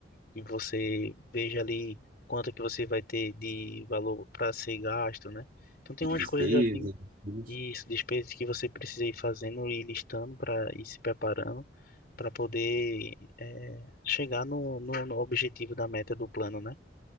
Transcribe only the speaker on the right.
de
despesa,
de custo.